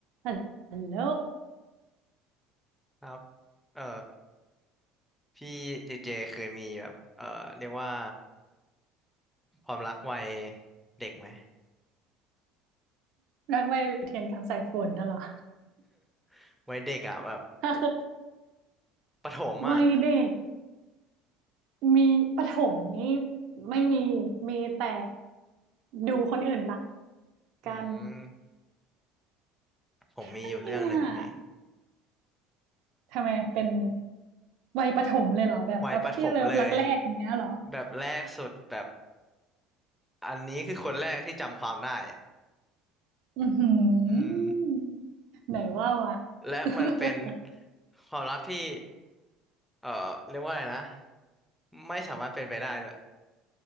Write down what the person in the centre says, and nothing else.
ครับเอ่อพี่เจเจเคยมีแบบเอ่อเรียกว่าความรักวัยเด็กไหม
<laughs> วัยเด็กอ่ะแบบ
ประถมอ่ะ
อืม
ผมมีอยู่เรื่องหนึ่งพี่
วัยประถมเลยแบบแรกสุดแบบอันนี้คือคนแรกที่จำความได้อ่ะ
อืม
และมันเป็น
ความรักที่เอ่อเรียกว่าอะไรนะไม่สามารถเป็นไปได้ด้วย